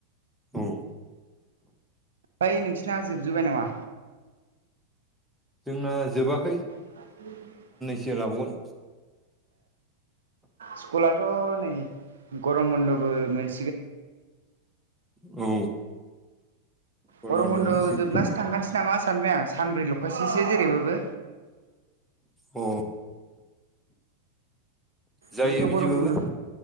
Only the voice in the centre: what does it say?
औ
जोंना जोबाखै
से लाबावगोन
औ
बन्द'
मोनसिगोन
अ जायो
बिदिबाबो